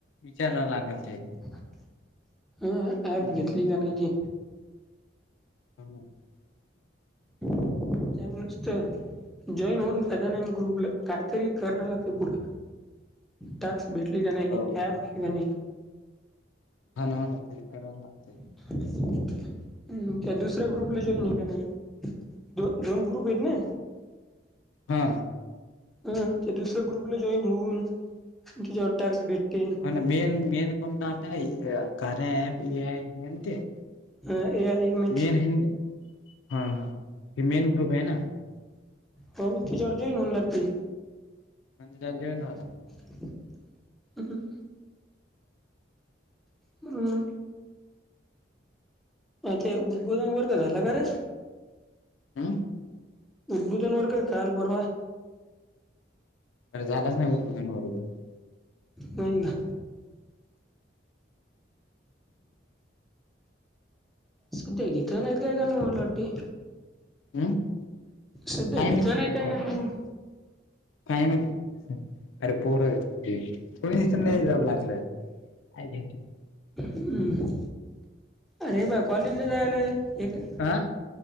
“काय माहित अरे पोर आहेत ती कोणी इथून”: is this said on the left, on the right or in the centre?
Left